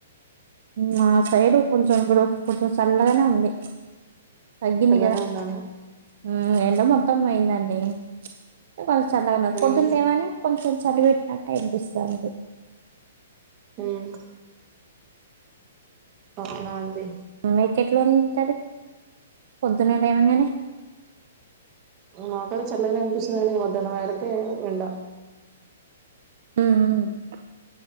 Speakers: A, on the right; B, on the right.
A: మా సైడు కొంచెం ఇప్పుడు కొంచెం చల్లగానే ఉంది తగ్గింది
B: చల్లనే
A: కదా
B: ఉందా అండి
A: ఉమ్ ఎండ మొత్తం పోయిందిండి కొంత చల పొద్దున్నలేమని
B: ఉమ్
A: కొంచెం చలి పెట్టినట్టటు అనిపిస్తుంంది
B: ఉమ్ ఆవునా అండి
A: మీక ఎట్లా ఉంటుది పొద్దున్న లేవంగానే
B: మా కాడా చెల్లగనే అనిపిస్తుంది గానీ మధ్యానం అయ్యరికే ఎండ
A: ఆ ఆ